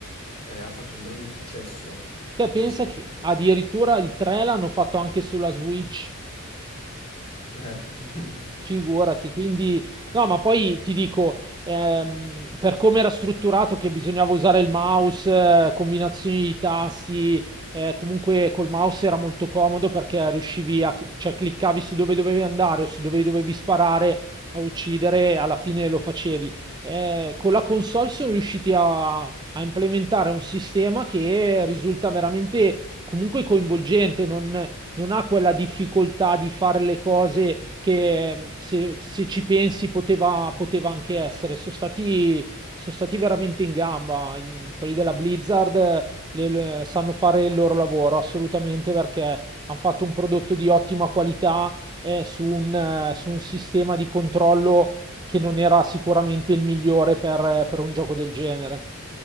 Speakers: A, on the left; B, on the right.
A: eh, ha fatto un grande successo.
B: Te pensa
A: Sì, sì.
B: che addirittura il 3 l'hanno fatto anche sulla Switch.
A: Eh, <laughs>
B: Figurati, quindi no, ma poi ti dico, ehm, per come era strutturato che bisognava usare il mouse, eh, combinazioni di tasti, eh, comunque col mouse era molto comodo perché riuscivi a, cioè cliccavi su dove dovevi andare o su dove dovevi sparare a uccidere, e alla fine lo facevi. Eh, con la console sono riusciti a, a implementare un sistema che risulta veramente comunque coinvolgente, non non ha quella difficoltà di fare le cose che mh, se, se ci pensi poteva, poteva anche essere. Sono stati, sono stati veramente in gamba. Mm, Quelli della Blizzard eh, le- le- sanno fare il loro lavoro assolutamente perché hanno fatto un prodotto di ottima qualità eh, su un, eh, su un sistema di controllo che non era sicuramente il migliore per eh, per un gioco del genere.